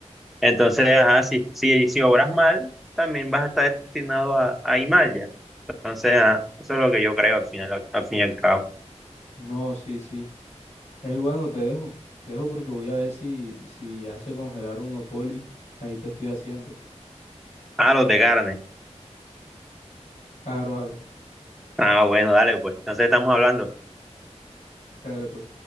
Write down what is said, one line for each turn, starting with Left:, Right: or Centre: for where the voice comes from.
Centre: Entonces, ajá, si, si, si obras mal, también vas a estar destinado a, a ir mal ya. Entonces, ajá, eso es lo que yo creo al final, al fin y al cabo.
Left: No, sí, sí. Ey, bueno, te dejo. Te dejo porque voy a ver si, si ya se congelaron unos polis ahí que estoy haciendo. Pues.
Centre: Ah, los de carne.
Left: Claro, claro.
Centre: Ah, bueno, dale, pues. Entonces estamos hablando.
Left: Dale, pues.